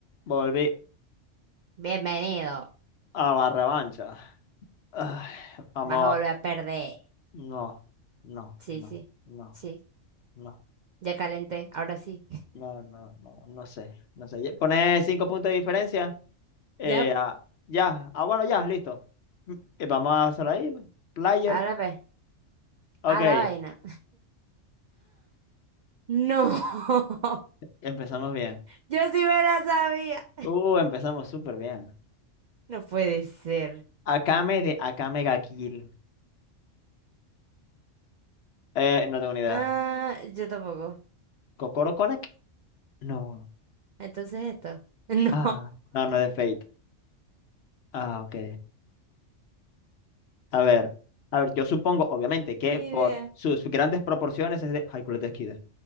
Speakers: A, on the left; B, on the right.
A: Volví
B: Bienvenido.
A: a la revancha. Ay, vamos,
B: Vas a volver a perder.
A: no, no,
B: Sí,
A: no,
B: sí,
A: no,
B: sí.
A: no,
B: Ya calenté, ahora sí.
A: no, no, no, no sé, no sé. Pone cinco puntos de diferencia. Eh,
B: Ya,
A: ah, ya, ah, bueno, ya, listo. Mm, eh, vamos a hacerlo ahí. pues. Player.
B: ahora ve.
A: Ok,
B: A la vaina. No, <laughs>
A: empezamos bien.
B: yo sí me la sabía.
A: Uh, empezamos súper bien.
B: No puede ser.
A: Akame de Akame ga Kill. Eh, no tengo ni idea.
B: Ah, yo tampoco.
A: ¿Kokoro Connect? No.
B: Entonces esto. <laughs> No,
A: Ah, no, no es de Fate. Ah, ok. A ver, a ver, yo supongo, obviamente, que
B: ni
A: por
B: idea.
A: sus grandes proporciones es de Haikyuu de Kid,